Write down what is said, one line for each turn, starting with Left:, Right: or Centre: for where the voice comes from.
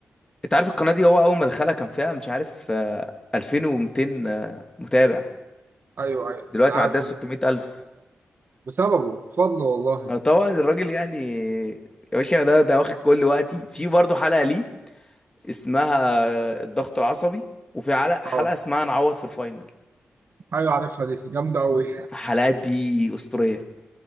Left: انت عارف القناه دي هو اول ما دخلها كان فيها مش عارف آه، 2200 آه، متابع
Right: ايوه ايوه
Left: دلوقتي
Right: أنا
Left: معديه
Right: عارف
Left: 600000
Right: أنا. بسببه بفضله والله
Left: أنا طبعا الراجل يعني يا باشا ده ده واخد كل وقتي في برضه حلقة ليه اسمها الضغط العصبي وفي على- حلقة
Right: اه
Left: اسمها نعوض في الفاينل
Right: ايوه عارفها دي جامده قوي
Left: الحلقات دي أسطورية